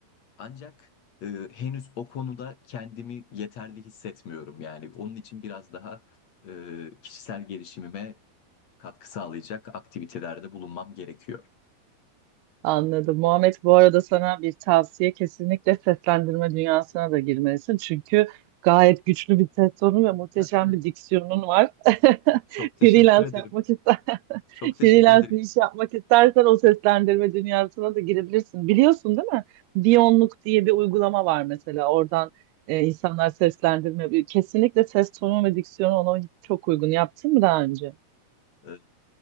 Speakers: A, on the left; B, on the right.
A: Ancak e, henüz o konuda kendimi yeterli hissetmiyorum. Yani onun için biraz daha e, kişisel gelişimime katkı sağlayacak aktivitelerde bulunmam gerekiyor.
B: Anladım. Muhammed bu arada sana bir tavsiye kesinlikle seslendirme dünyasına da girmelisin. Çünkü gayet güçlü bir ses tonu ve muhteşem
A: <laughs>
B: bir diksiyonun var. <laughs>
A: Çok teşekkür
B: Freelance
A: ederim.
B: yapmak ister, <laughs>
A: Çok teşekkür
B: freelance
A: ederim.
B: bir iş yapmak istersen o seslendirme dünyasına da girebilirsin. Biliyorsun değil mi? Diyonluk diye bir uygulama var mesela. Oradan e, insanlar seslendirme. Kesinlikle ses tonu ve diksiyonu ona çok uygun. Yaptın mı daha önce?
A: <laughs>